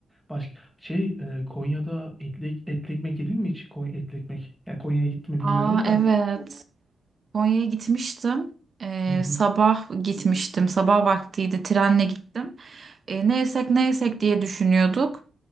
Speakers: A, in the centre; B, on the right.
A: Başka şey e, Konya'da etli, etli ekmek yedin mi hiç? Konya, etli ekmek. Yani Konya'ya gittim mi bilmiyorum
B: Aa
A: da.
B: evet. Konya'ya gitmiştim. Ee,
A: Hı hı.
B: sabah gitmiştim. Sabah vaktiydi. Trenle gittim. Ee, ne yesek ne yesek diye düşünüyorduk.